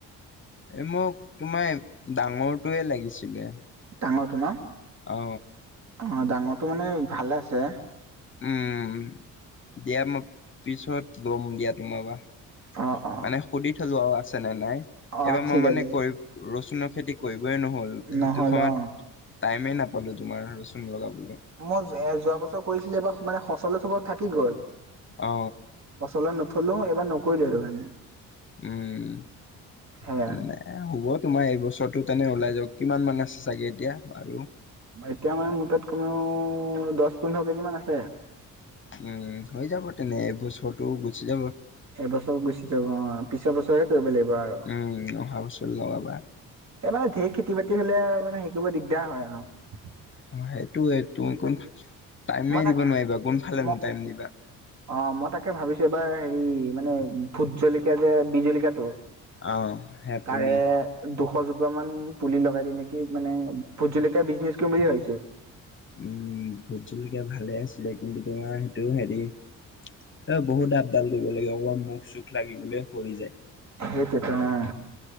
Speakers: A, on the left; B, on the right.
A: এই মোক তোমাৰ ডাঙৰটোৱে লাগিছিলে
B: ডাঙৰটো ন
A: অ
B: অ ডাঙৰটো মানে ভালে আছে
A: উম দিয়া মই পিছত ল'ম দিয়া তোমাৰ পৰা
B: অ অ
A: মানে সুধি থলো আও আছেনে নাই
B: অ
A: এইবাৰ
B: ঠিক
A: মই মানে
B: আছে
A: কৰি ৰচুনৰ খেতি কৰিবই নহ'ল সেইটো
B: নহ'ল
A: সময়ত
B: অ
A: টাইমেই নাপালোঁ তোমাৰ ৰচুন লগাবলৈ
B: মই এ যোৱা বছৰ কৰিছিলো এবাৰ মানে সচলৈ থব থাকি গ'ল
A: অ
B: সচলৈ নথলো এবাৰ নকৰিলো আৰু মানে
A: উম
B: সেয়া
A: এ হ'ব তোমাৰ এইবছৰটো তেনে ওলাই যাওক কিমান মান আছে চাগে এতিয়া আৰু
B: এতিয়া মানে মোৰ তাত কমেও দহ পোন্ধৰ কেজি মান আছে
A: উম হৈ যাব তেনে এইবছৰটো গুচি যাব
B: এবছৰ গুছি যাব ঘৰত পিছৰ বছৰ হে কৰিব লাগিব আৰু
A: উম অহা বছৰ লগাবা
B: এইবাৰে ঢেৰ খেতি বাতি হলে মানে হে কৰিব দিগদাৰ হয় আৰু
A: অ সেইটোয়ে ত তুমি কোন টাইমে
B: মই তাক
A: দিব নোৱাৰিবা কোনফালেনো
B: ম
A: টাইম দিবা
B: অ মই তাকে ভাবিছো এইবাৰ হেৰি মানে ভোত জলকীয়া যে বিহ জলকী য়াটো
A: অ হে পুলি
B: তাৰে দুখ দুশ‌ জোপা মান পুলি লগাই দিওঁ নেকি মানে ভোট জলকীয়া বিজনেছ কৰিম বুলি ভাবছো
A: উম ভোত জলকীয়া ভালে আছিলে কিন্তু তোমাৰ সেইটো হেৰি এ বহুত আাপ ডাল কৰিব লাগে অকমান মুখ চুখ লাগি গলে সৰি যায়
B: সেইটোতো‌ অ‌